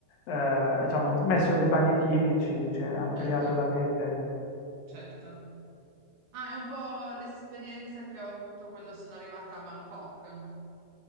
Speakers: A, on the left; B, on the right.
A: eh, diciamo, messo dei bagni chimici, cioè ampliato
B: certo,
A: la rete.
B: certo. Ah, è un po' l'esperienza che ho avuto quando sono arrivata a Bangkok.